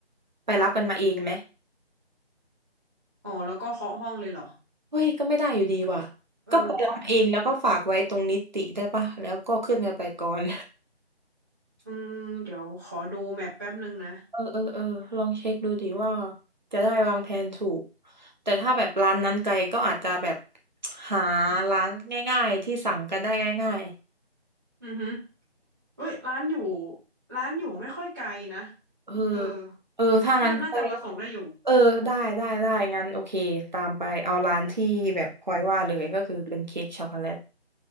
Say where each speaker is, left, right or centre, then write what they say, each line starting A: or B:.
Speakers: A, on the right; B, on the right.
A: ไปรับกันมาเองไหม
B: ๋อแล้วก็เคาะห้องเลยเหรอ
A: เฮ้ยก็ไม่ได้อยู่ดีว่ะ
B: เออ
A: ก็ไปรับมาเองแล้วก็ฝากไว้ตรงนิติได้ปะแล้วก็ขึ้นกันไปก่อน
B: อืมเดี๋ยวขอดูแมปแป๊บนึงนะ
A: เออเออเออลองเช็คดูดิว่าจะได้วางแผนถูกแต่ถ้าแบบร้านนั้นไกลก็อาจจะแบบหาร้านง่ายๆที่สั่งกันได้ง่าย
B: อือฮึเอ้ยร้านอยู่ร้านอยู่ไม่ค่อยไกลนะ
A: ๆเออ
B: เออ
A: เออถ้างั้นแสดงว่า
B: น่าน่าจะมาส่งได้อยู่
A: เออได้ได้ได้งั้นโอเคตามไปเอาร้านที่แบบพลอยว่าเลยก็คือเป็นเค้กช็อกโกแลต